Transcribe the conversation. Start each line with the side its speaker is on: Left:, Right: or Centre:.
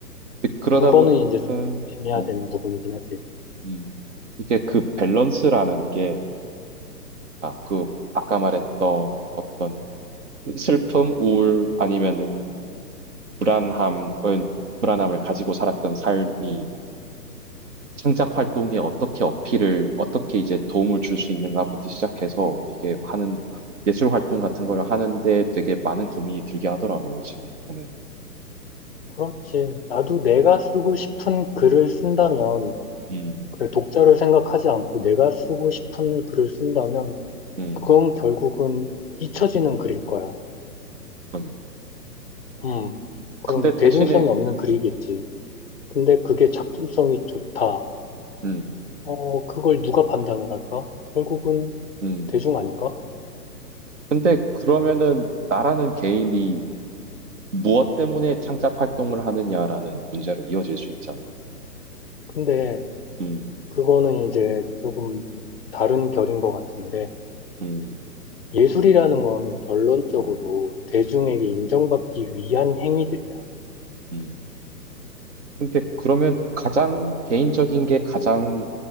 Right: 근데 그러다
Left: 그거는
Right: 보니까는
Left: 이제 좀 조심해야
Right: 어,
Left: 되는 부분이긴 하지.
Right: 음, 이게 그 밸런스라는 게 그 아까 말했던 어떤 슬픔, 우울 아니면은 불안함을 불안함을 가지고 살았던 삶이 창작 활동에 어떻게 어필을 어떻게 이제 도움을 줄 수 있는가부터 시작해서 이게 하는 예술 활동 같은 걸 하는데 되게 많은 고민이 들게 하더라고요, 요즘에 보면.
Left: 그렇지. 나도 내가 쓰고 싶은 글을 쓴다면,
Right: 음,
Left: 그래, 독자를 생각하지 않고 내가 쓰고 싶은 글을 쓴다면,
Right: 음,
Left: 그건 결국은 잊혀지는 글일 거야.
Right: 그러니.
Left: 음, 그럼
Right: 근데 대신에
Left: 대중성이 없는 글이겠지.
Right: 음,
Left: 근데 그게 작품성이 좋다.
Right: 음,
Left: 어, 그걸 누가 판단을 할까? 결국은
Right: 음.
Left: 대중 아닌가?
Right: 근데 그러면은 나라는 개인이 무엇 때문에 창작 활동을 하느냐라는 문제로 이어질 수 있잖아.
Left: 근데
Right: 음,
Left: 그거는 이제 조금 다른 결인 것 같은데,
Right: 음,
Left: 예술이라는 건 결론적으로
Right: 음,
Left: 대중에게
Right: 음,
Left: 인정받기 위한 행위들이야.
Right: 음. 근데 그러면 가장 개인적인 게 가장